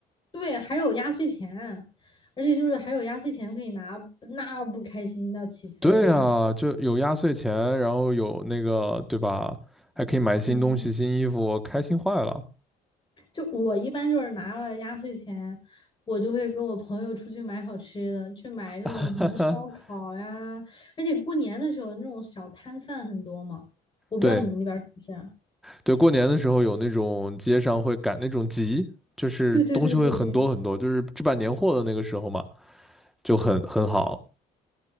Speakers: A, on the left; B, in the centre.
A: 对，还有压岁钱啊，而且就是还有压岁钱可以拿，那不开心到起飞了。
B: 对啊，就有压岁钱，然后有那个，对吧？还可以买新东西、
A: 嗯。
B: 新衣服，开心坏了。
A: 就我一般就是拿了压岁钱，我就会跟我朋友出去买好吃的，去买那种什么烧烤呀，
B: <laughs>
A: 而且过年的时候那种小摊贩很多嘛，我不知道你们那边儿是不是啊？
B: 对对，过年的时候有那种街上会赶那种集，就是东西会很多很多，
A: 对对对对对，
B: 就是置办年货的那个时候嘛，就很很好。